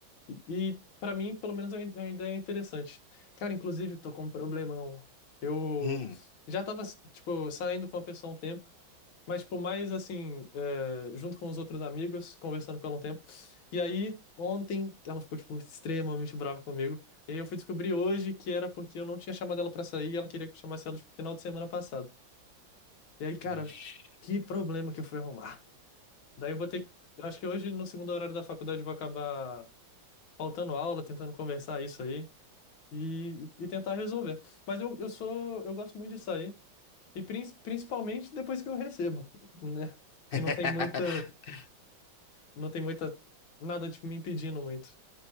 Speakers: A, on the left; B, on the left.
A: E, e para mim, pelo menos, é uma é uma ideia interessante. Cara, inclusive, tô com um problemão. Eu
B: Hum.
A: já tava, tipo, saindo com a pessoa há um tempo, mas, tipo, mais assim, é, junto com os outros amigos, conversando com ela um tempo. E aí, ontem, ela ficou, tipo, extremamente brava comigo. E aí eu fui descobrir hoje que era porque eu não tinha chamado ela pra sair e ela queria que eu chamasse ela, tipo, final de semana passado. E aí, cara,
B: Ixi.
A: que problema que eu fui arrumar. Daí eu vou ter que... eu Acho que hoje, no segundo horário da faculdade, eu vou acabar faltando aula, tentando conversar isso aí e, e tentar resolver. Mas eu, eu sou... Eu gosto muito de sair. E prin- principalmente depois que eu recebo, né?
B: <laughs>
A: Que não tem muito. Não tem muita, nada, tipo, me impedindo muito.